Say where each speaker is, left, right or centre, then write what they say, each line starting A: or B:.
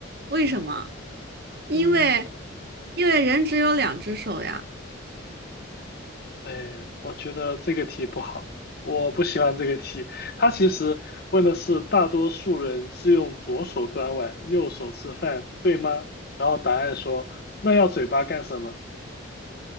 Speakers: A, on the right; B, on the left.
A: 为什么？因为
B: 嗯。
A: 因为人只有两只手呀。
B: 哎，我觉得这个题不好，我不喜欢这个题。它其实问的是大多数人是用左手端碗，右手吃饭，对吗？然后答案说那要嘴巴干什么？